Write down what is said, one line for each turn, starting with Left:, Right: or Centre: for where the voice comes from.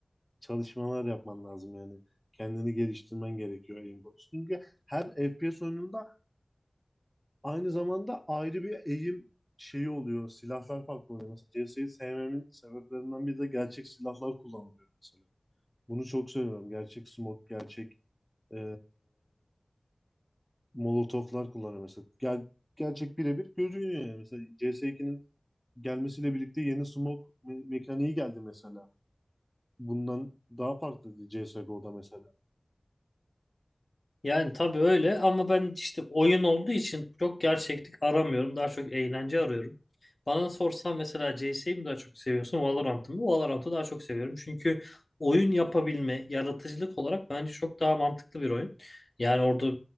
Centre: çalışmalar yapman lazım yani. Kendini geliştirmen gerekiyor aim konusunda. Çünkü her FPS oyununda aynı zamanda ayrı bir aim şeyi oluyor. Silahlar farklı oluyor. Mesela CS'yi sevmemin sebeplerinden biri de gerçek silahlar kullanılıyor mesela. Bunu çok seviyorum. Gerçek smoke, gerçek ee, molotoflar kullanıyor mesela. Gel, gerçek birebir görünüyor yani. Mesela CS2'nin gelmesiyle birlikte yeni smoke me- mekaniği geldi mesela. bundan daha farklı CSGO'da mesela.
Left: Yani tabii öyle ama ben işte oyun olduğu için çok gerçeklik aramıyorum. Daha çok eğlence arıyorum. Bana sorsan mesela CS'yi mi daha çok seviyorsun, Valorant'ı mı? Valorant'ı daha çok seviyorum. Çünkü oyun yapabilme, yaratıcılık olarak bence çok daha mantıklı bir oyun. Yani orada